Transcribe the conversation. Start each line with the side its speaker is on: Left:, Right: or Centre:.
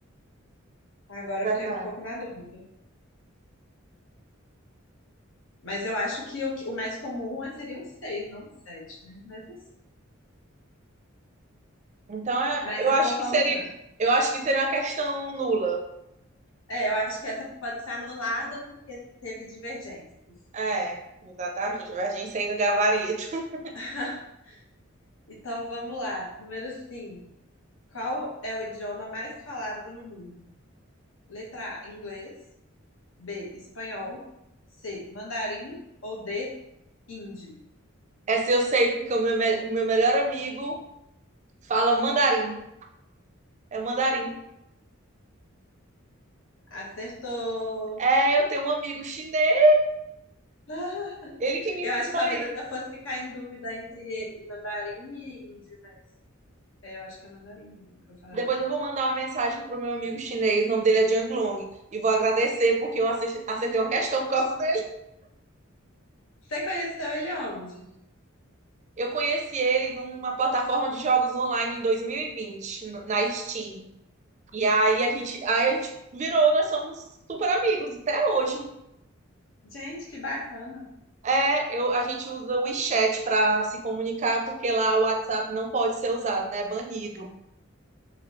Left: Agora
Right: verdade.
Left: eu fiquei um pouco na dúvida. Mas eu acho que o, que- o mais comum é- seria um seis, não um sete, né? Mas não sei.
Right: Então, é-
Left: Mas
Right: eu
Left: então
Right: acho que
Left: vamos
Right: seria,
Left: lá.
Right: eu acho que seria uma questão nula.
Left: É, eu acho que essa pode ser anulada porque teve divergências.
Right: É, exatamente. Divergência aí do gabarito. <laughs>
Left: <laughs> Então vamos lá. Número 5. Qual é o idioma mais falado no mundo? Letra A, inglês. B, espanhol. C, mandarim. Ou D, hindi.
Right: Essa eu sei, porque o meu, me- o meu melhor amigo fala mandarim. É mandarim.
Left: Acertou!
Right: É, eu tenho um amigo chinês,
Left: <laughs>
Right: ele que me
Left: Eu
Right: ensinou
Left: acho que talvez eu
Right: isso.
Left: fosse ficar em dúvida entre mandarim e hindi, mas é, eu acho que é mandarim mesmo que eu falaria.
Right: Depois eu vou mandar uma mensagem pro meu amigo chinês, o nome dele é Jiang Long, e vou agradecer porque eu ace- acertei uma questão por causa dele.
Left: Você conheceu ele onde?
Right: Eu conheci ele numa plataforma de jogos online em 2020, no- na Steam. E aí a gente, aí a gente virou, nós somos super amigos até hoje.
Left: Gente, que bacana!
Right: É, eu, a gente usa o WeChat para se comunicar, porque lá o WhatsApp não pode ser usado, né? É banido